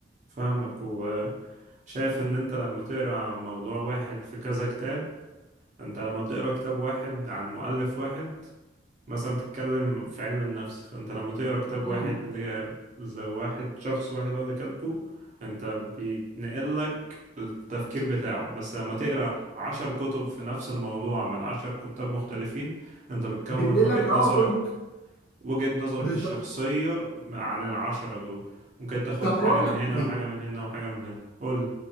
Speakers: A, on the right; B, on the left.
A: فاهمك وشايف ان انت لما تقرا عن موضوع واحد في كذا كتاب انت لما بتقرا كتاب واحد عن مؤلف واحد مثلا بتتكلم في علم النفس فانت لما تقرا كتاب
B: امم
A: واحد ل- لواحد شخص واحد هو اللي كاتبه انت بيتنقل لك التفكير بتاعه بس لما تقرا عشر كتب في نفس الموضوع من عشر كتاب مختلفين انت بتكون
B: بتنقل
A: وجهة
B: لك اه
A: نظرك
B: كل
A: وجهة نظرك
B: بالظبط
A: الشخصية عن العشرة دول ممكن تاخد
B: طب
A: حاجة
B: بقول
A: من
B: لك
A: هنا
B: ايه
A: وحاجة من هنا وحاجة من هنا قولي